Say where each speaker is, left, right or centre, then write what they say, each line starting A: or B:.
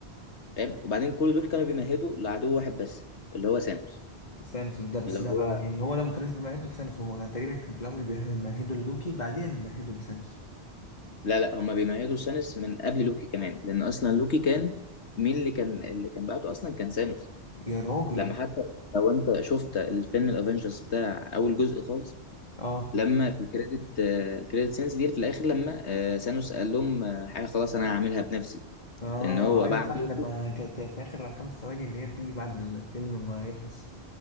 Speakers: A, on the left; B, on the left.
A: فاهم وبعدين كل دول كانوا بيمهدوا لعدو واحد بس اللي هو سانوس
B: ثانوس ده بس
A: اللي هو
B: ده بقى يعني هو ده ما كانوش بيمهدوا لثانوس هو تقريبا كان في الاول بيمهدوا لوكي بعدين بيمهدوا لثانوس
A: لا لا هما بيمهدوا سانوس من قبل لوكي كمان لان اصلا لوكي كان مين اللي كان اللي كان بعته اصلا كان سانوس
B: يا راجل
A: لما حتى لو انت شفت الفيلم الافنجرز بتاع اول جزء خالص
B: اه
A: لما في الكريدت كريدت سينس دي في الاخر لما آه، سانوس قال لهم آه، حاجه خلاص انا هعملها بنفسي
B: اه
A: ان هو
B: ايوه
A: بعته
B: صح لما كانت في اخر خمس ثواني اللي هي بتيجي بعد الفيلم ما يخلص